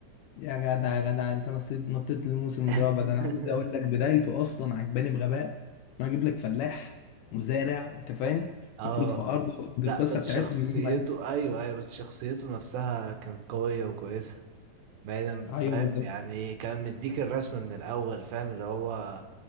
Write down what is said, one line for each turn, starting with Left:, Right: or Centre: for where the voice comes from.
Left: يا جدع يا جدع انت نطيت نطيت للموسم الرابع
Right: <laughs>
Left: ده انا عايز اقول لك بدايته اصلا عجباني بغباء انه اجيب لك فلاح مزارع انت فاهم
Right: اه
Left: المفروض في ارضه دي
Right: لا
Left: القصه
Right: بس
Left: بتاعتهم
Right: شخصيته
Left: ان هم ايه
Right: ايوه ايوه بس شخصيته نفسها كانت قوية وكويسة بعيدا
Left: ايوه
Right: فاهم
Left: بالظبط
Right: يعني كان مديك الرسمة من الاول فاهم اللي هو